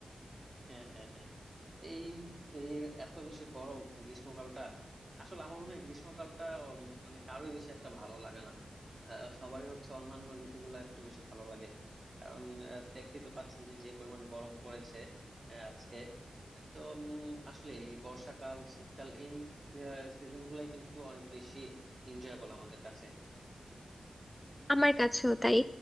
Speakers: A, on the right; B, on the left.
A: হ্যাঁ হ্যাঁ হ্যাঁ। এই এই যে এত বেশি গরম গ্রীষ্মকালটা আসলে আমার মনে হয় গ্রীষ্মকালটা উম, মানে কারোই বেশি একটা ভালো লাগে না আহ, সবারই হচ্ছে অন্যান্য ঋতুগুলা একটু বেশি ভালো লাগে কারণ আহ, দেখতেই তো পাচ্ছেন যে যে পরিমাণ গরম পড়েছে আহ, আজকে তো আসলে এই বর্ষাকাল শীতকাল এই সিজন গুলাই কিন্তু অনেক বেশি এনজয়েবল আমাদের কাছে
B: আমার কাছেও তাই